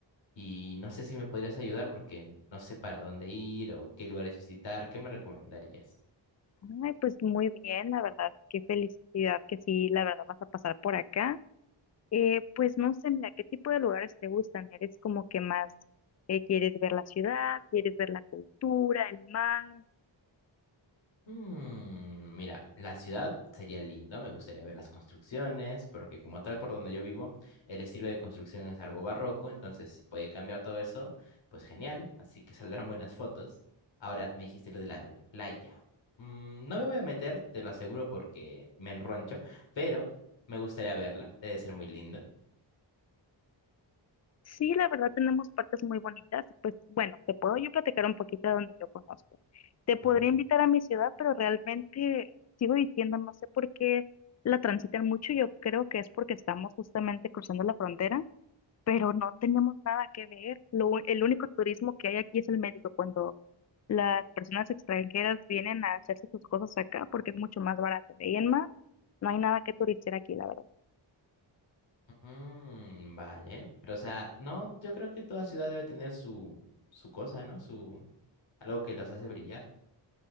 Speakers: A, on the left; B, on the left.
A: Y no sé si me podrías ayudar porque no sé para dónde ir o qué lugares visitar, ¿qué me recomendarías?
B: Ay, pues muy bien, la verdad, qué felicidad que sí, la verdad vas a pasar por acá. Eh, pues no sé, mira, ¿qué tipo de lugares te gustan? ¿Eres como que más eh, quieres ver la ciudad, quieres ver la cultura, el mar?
A: Mm, mira, la ciudad sería lindo, me gustaría ver las construcciones, porque como tal por donde yo vivo, el estilo de construcción es algo barroco, entonces si puede cambiar todo eso, pues genial, así que <laughs> saldrán buenas fotos. Ahora me dijiste lo de la playa. Mm, no me voy a meter, te lo aseguro porque me enroncho, pero me gustaría verla, debe ser muy linda.
B: Sí, la verdad tenemos partes muy bonitas. Pues bueno, te puedo yo platicar un poquito de donde yo conozco. Te podría
A: A ver.
B: invitar a mi ciudad, pero realmente sigo diciendo, no sé por qué la transitan mucho. Yo creo que es porque estamos justamente cruzando la frontera, pero no tenemos nada que ver. Lo u- el único turismo que hay aquí es el médico, cuando las personas extranjeras vienen a hacerse sus cosas acá porque es mucho más barato. De ahí en más, no hay nada que turistear aquí, la verdad.
A: Mm, vale, pero o sea, no, yo creo que toda ciudad debe tener su, su cosa, ¿no? Su, algo que los hace brillar.